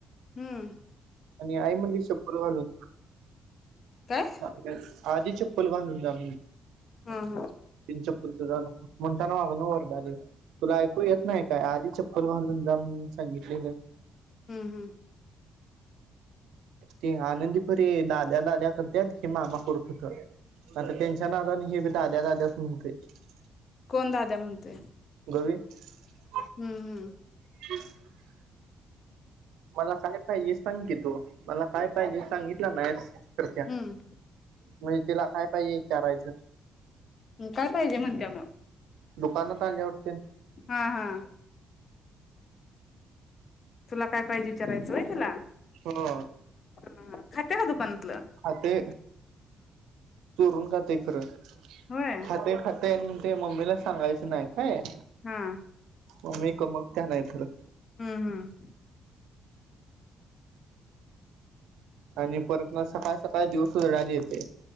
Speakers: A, on the left; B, on the right.
A: हम्म.
B: आणि आई म्हणली शप्पथ घालून.
A: काय
B: <inaudible> आदी चप्पल घालून <unintelligible>
A: हा हा हम्म
B: बीन चप्पल त घालून. म्हणताना वागनं वरडालं, तुला ऐकू येत नाही काय आदी चप्पल घालून जा म्हण सांगितलेलं.
A: हम्म हम्म.
B: ते आनंदीपरे दाद्या दाद्या कर तेच की मामा पुरतं क, आता त्यांच्या नादने हे बी दाद्या दाद्याच म्हणतयं.
A: कोण दाद्या म्हणतंय?
B: <unintelligible>
A: हम्म-हम्म.
B: <inaudible> मला काय पाहिजे सांग की तू, मला काय पाहिजे सांगितलं नाहीस. तरत्या,
A: हम्म
B: म्हजे तिला काय पाहिजे? चारायचं.
A: हम्म, काय पाहिजे म्हणत्या मगं?
B: दुकानात आल्यावर तेन
A: हा-हा तुला काय पाईजेत् विचारायचं वय तिला?
B: हो
A: हं खात्या काय दुकानत्?
B: हां ते, चोरून खात् खरं,
A: होय
B: हां ते खा ते आन् मनतंय मम्मीला सांगायच नाही. होय
A: हा
B: म मी क मग त्या नाही तर
A: हम्म हम्म
B: आणि परत ना सकाळ सकाळ दिवस जळाले येते.